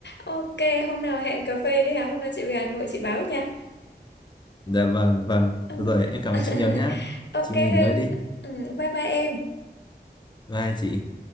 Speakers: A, on the left; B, on the left.
A: Ok, hôm nào hẹn cà phê đi hả? Hôm nào chị về Hà Nội chị báo nha.
B: Dạ vâng, vâng.
A: Ừ.
B: Rồi em cảm
A: <laughs>
B: ơn chị nhiều nhá.
A: Ok
B: Chị nghỉ
A: Hưng,
B: ngơi đi.
A: ừ, bye bye em.
B: Vai chị